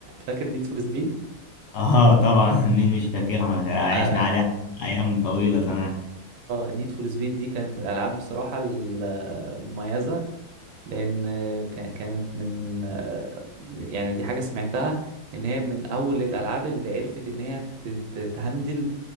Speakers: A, on the right; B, on the left.
A: فاكر نيد فور سبيد
B: اه طبعا <laughs> مين مش فاكرها عشنا
A: اه
B: عليها ايام طويلة زمان
A: نيد فور سبيد دي كانت من الالعاب بصراحة المميزة لان آه، كا- كانت من آه، يعني دي حاجه سمعتها ان هي من اول الالعاب اللي عرفت ان هي ت- ت- تهندل